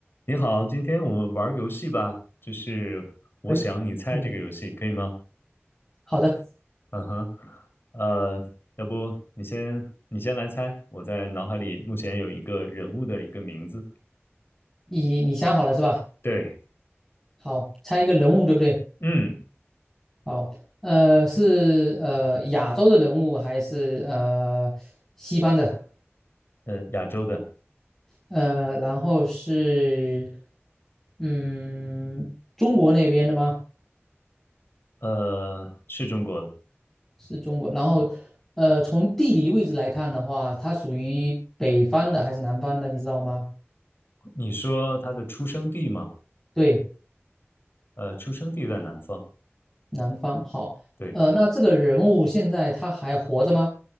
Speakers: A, on the left (about 55°); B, in the centre.
A: 你好，今天我们玩儿游戏吧，就是我想你猜这个游戏，
B: 可嗯，
A: 可以吗？
B: 好的，
A: 嗯哼，呃，要不你先你先来猜，我在脑海里目前有一个人物的一个名字，
B: 你你想好了是吧？
A: 对，
B: 好，猜一个人物，对不对？
A: 嗯，
B: 好，呃，是呃亚洲的人物还是呃西方的？
A: 呃，亚洲的，
B: 呃，然后是嗯中国那边的吗？
A: 呃，是中国的。
B: 是中国。然后呃，从地理位置来看的话，它属于北方的还是南方的？你知道吗？
A: 你说他的出生地吗？
B: 对，
A: 呃，出生地在南方，
B: 南方。好，
A: 对，
B: 呃，那这个人物现在他还活着吗？